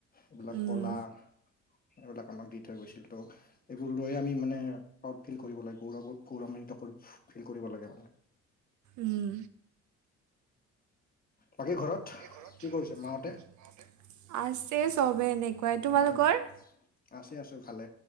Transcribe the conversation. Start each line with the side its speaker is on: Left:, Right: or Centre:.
Left: এইবিলাক
Right: উম
Left: কলা। এইবিলাক আমাক দি থৈ গৈছিল ত' এইবোৰ লৈয়ে আমি মানে <unintelligible> ফিল কৰিব লাগে, গৌৰৱ গৌৰমিত কৰি ফিল কৰিব লাগে মানে।
Right: উম।
Left: বাকী ঘৰত?
Right: বাকী ঘৰত
Left: কি কৰিছে মাহঁতে
Right: মাহঁতে? আছে চবে এনেকুৱাই। তোমালোকৰ?
Left: উম আছে আছে, ভালে।